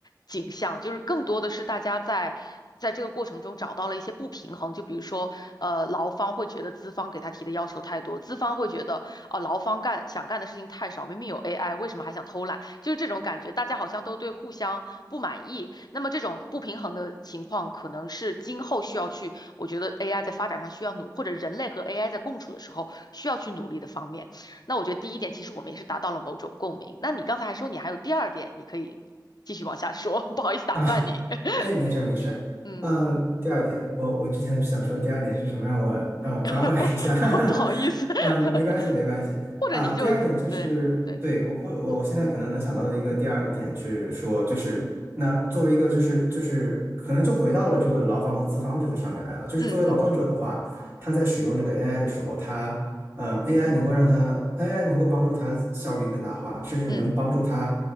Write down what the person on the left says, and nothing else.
景象，就是更多的是大家在在这个过程中找到了一些不平衡，就比如说，呃，劳方会觉得资方给他提的要求太多，资方会觉得，哦，劳方干想干的事情太少，明明有 AI，为什么还想偷懒？就是这种感觉，大家好像都对互相不满意。那么这种不平衡的情况，可能是今后需要去，我觉得 AI 在发展上需要努，或者人类和 AI 在共处的时候需要去努力的方面。那我觉得第一点，其实我们也是达到了某种共鸣。那你刚才还说你还有第二点，你可以继续往下说，<laughs> 不好意思打断你。
<laughs>
嗯，
<laughs> 不好意思，
<laughs>
或者你就对对，
嗯
嗯嗯
嗯，